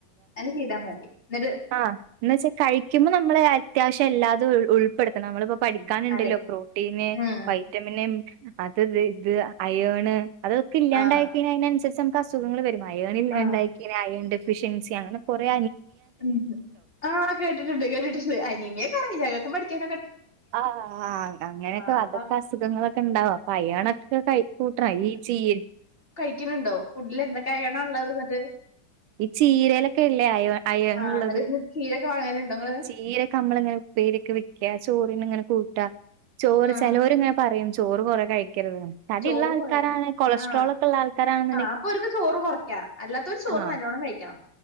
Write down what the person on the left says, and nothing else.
അങ്ങനെചൈയ്താ മതി ന്നിട്ട്
ഉം, അതെ
ഉം
ആ
ആ
ഉ ആ കേട്ടിട്ടുണ്ട് കേട്ടിട്ടുണ്ട് അനീമിയ ക്കെ അറിയാം ഞങ്ങക് പഠിക്കാ
അപ്പൊ
കഴിക്കണുണ്ടോ? ഫുഡിൽ എന്തൊക്ക ആയണ് ഉള്ളത് എന്നിട്ട്?
ആ എന്നിട്ട് ഇന്ന് ചീരൊക്കെ വാങ്ങലുണ്ടോ നിങ്ങള്
ആ
ചോറ്
കൊ
ആ
ആ അപ്പൊ ഒരുക്ക് ചോറ് കുറയ്ക്കാ അല്ലാത്ത ഒരു ചോറ്
നല്ലവോണം കഴിക്കണം